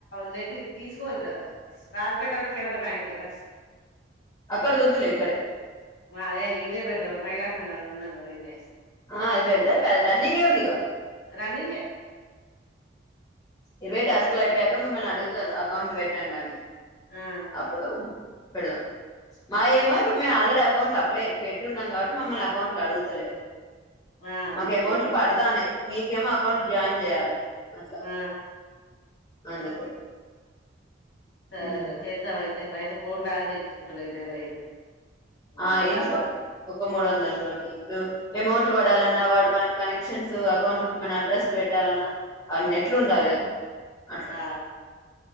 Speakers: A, on the left (about 70°); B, on the left (about 20°).
A: లేటి తీస్కోదు గద రాజపేట్లో కూడా కెనరా బ్యాంకే గ.
B: అక్కడ దొద్దులే ఇక్కడే.
A: మరే ఇదే పెడదామ్. మహిళ సంఘాలున్నాం గదా ఇడ్నే
B: ఆ అది పెడతే పె రన్నింగ్ ఏ ఉంది ఇగ.
A: రన్నింగ్ ఏ
B: ఇరవై టాస్క్ల్ అయిపోయాక మిమ్మల్ అ రిజల్ అకౌంట్ పెట్టండని
A: ఆ
B: అప్పుడు <unintelligible> మాయేమో ఇప్పుడు మేము అల్రెడి అకౌంట్ అలై పెట్టి ఉన్నాం కాబట్టి మమల్ని అకౌంట్ లుఅడుగుతలేవు
A: ఆ
B: మాకు ఎమౌంట్
A: మీరు పెట్
B: పడతానాయి మీకేమో అకౌంట్ జాయిన్ చేయాలి అట్లా
A: ఆ
B: అందుకు
A: సరే
B: ఉమ్.
A: ర చేద్దాం ఆ అయితే అయితే ఫోన్ బాగా చూపించుకుంటాలే ఈ నెల అయితే ఇంక
B: ఆ
A: మళ్ళా
B: ఎంచుకో ఒక మూడు వందల తోటీ ఇప్పుడు ఎమౌంట్లు పడాల వాడు మన కనెక్షన్స్ అకౌంట్ మన అడ్రస్లు పెట్టాలన్నా అన్నెట్లు ఉండాలి కదా అట్లా
A: ఆ ఆ